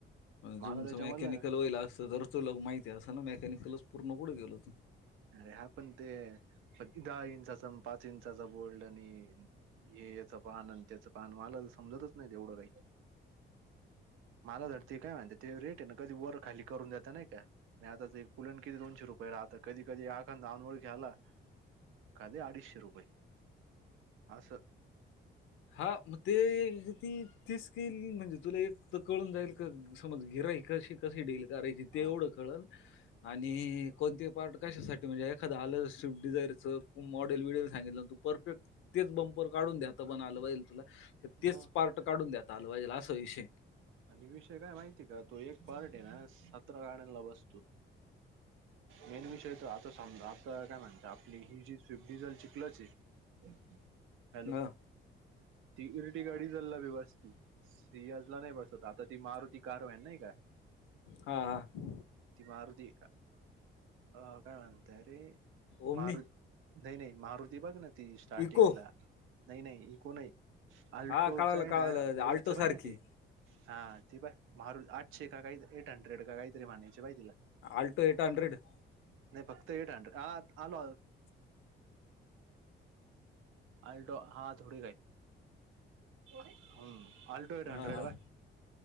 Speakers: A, on the right (about 85°); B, on the left (about 80°).
A: मला.
B: झूमचं
A: त्याच्यामधलं
B: मेकॅनिकल
A: आहे ना
B: वईल असं तुला माहिती असेल ना मेकॅनिकलच पूर्ण कठे गेलो तू
A: अरे हा पण ते दहा इंचाचा पाच इंचाचा बोल्ड आणि हे याच पाहन त्याचं पाहन मला तर समजतच नाही तेवढं काही. मला तर ते काय म्हणते ते रेट आहे ना कधी वर खाली करून देतता नाही का? मी आता ते पुलण किती दोनशे रुपये राहता कधी कधी एखांदा अनोळखी आला. काधी अडीचशे रुपये असं
B: हा मग ते ती तेच केल म्हणजे तुला एक तर कळून जाईल का समज गिऱ्हाईकाशी कशी डील करायची
A: हा
B: ते एवढं कळल. आणि कोणते पार्ट कशासाठी म्हणजे एखादं आलं स्विफ्ट डिझायरचं मॉडेल विडेल सांगितलं तु. परफेक्ट तेच बंपर काढून द्या. पण आलवाईल तुला तर तेच
A: मग
B: पार्ट काढून द्या आलवाईल असा विषय.
A: आणि विषय काय माहिती का तो एक पार्ट आहे ना सतरा गाड्यांला बसतो. मेन विषय तर आता आता काय म्हणत आपली ही जी स्विफ्ट डिझेलची ची. हम्. हॅलो
B: हां,
A: तीरटी गाडी चालला बवस्ती सियाला. आता ती मारुती कार आहे नाही का.
B: हां, हां.
A: ती मारुती काय म्हणते रे
B: ओमनी,
A: मारुती. नाही नाही मारुती बघ ना ती स्टार्टिंगला
B: इको
A: नाही नाही इकूय. अल्टोचं
B: हां, कळालं,
A: आहे
B: कळालं
A: ना वरचं
B: अल्टोसारखी.
A: आहे ना ते. हा ते बा मारू आठशे काही एट हंड्रेड काहीतरी म्हणायचे बाय ते.
B: Alto eight hundred.
A: नाही फक्त एट हंड्रेड आ आलो. आल्टो हा थोडी काही. हमम आल्टो एट
B: हां,
A: हंड्रेड
B: हां.
A: बाय.